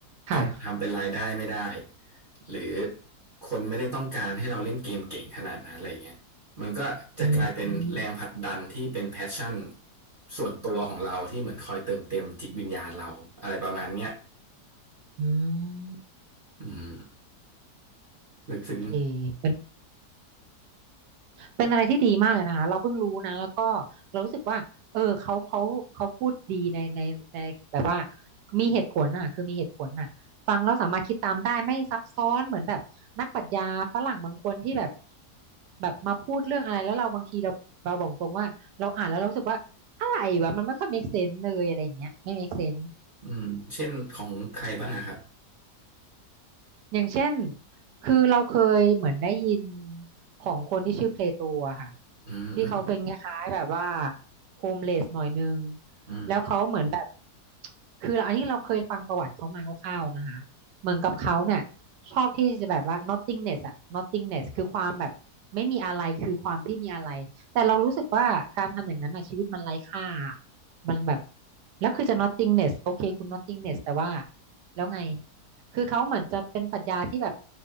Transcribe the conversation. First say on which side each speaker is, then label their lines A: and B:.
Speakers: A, on the right; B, on the right.
A: เอามาทำเป็นรายได้ไม่ได้
B: ค่ะ
A: หรือคนไม่ได้ต้องการให้เราเล่นเกมเก่งขนาดนั้นอะไรเงี้ย มันก็จะกลายเป็นแรงผลักดันที่เป็นแพชชั่น
B: อืม
A: ส่วนตัวของเราที่เหมือนคอยเติมเต็มจิตวิญญาณเราอะไรประมาณเนี้ย
B: อืม
A: อืมลึกซึ้ง
B: โอเค เป็นอะไรที่ดีมากเลยนะคะเราเพิ่งรู้นะแล้วก็เรารู้สึกว่าเออเขาเขาเขาพูดดีในในในแบบว่ามีเหตุผลอ่ะคือมีเหตุผลอ่ะฟังแล้วสามารถคิดตามได้ไม่ซับซ้อนเหมือนแบบนักปรัชญาฝรั่งบางคนที่แบบแบบมาพูดเรื่องอะไรแล้วเราบางทีเราเราบอกตรงว่าเราอ่านแล้วเรารู้สึกว่าอะไรวะมันไม่ค่อย make sense เลยอะไรอย่างเงี้ยไม่ make sense
A: อืมเช่นของใครบ้างอะครับ
B: อย่างเช่น คือเราเคยเหมือนได้ยินของคนที่ชื่อเพลโตอะค่ะ
A: อืมอืม
B: ที่เขาเป็นคล้ายๆแบบว่าโฮมเลสหน่อยนึง
A: อืม
B: แล้วเขาเหมือนแบบคืออันนี้เราเคยฟังประวัติเขามาคร่าวๆนะคะเหมือนกับเขาเนี่ยชอบที่จะแบบว่า nothingness อะ nothingness คือความแบบไม่มีอะไรคือความที่มีอะไรแต่เรารู้สึกว่าการทำอย่างนั้นอะชีวิตมันไร้ค่ามันแบบแล้วคือจะ nothingness โอเคคุณ nothingness แต่ว่าแล้วไง คือเขาเหมือนจะเป็นปรัชญาที่แบบ